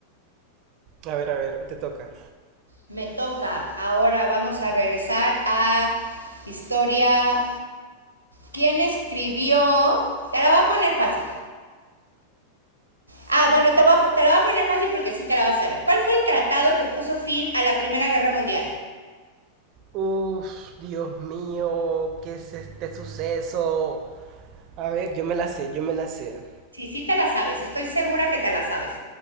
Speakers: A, on the right; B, on the right.
A: a ver, a ver, te toca.
B: Me toca. Ahora vamos a regresar a historia. ¿Quién escribió? Te la voy a poner fácil. Ah, bueno, te, voy a te la voy a poner fácil porque sí te la vas a saber. ¿Cuál fue el tratado que puso fin a la Primera Guerra Mundial?
A: Uf, Dios mío, ¿qué es este suceso? A ver, yo me la sé, yo me la sé.
B: Sí, sí te la sabes. Estoy segura que te la sabes.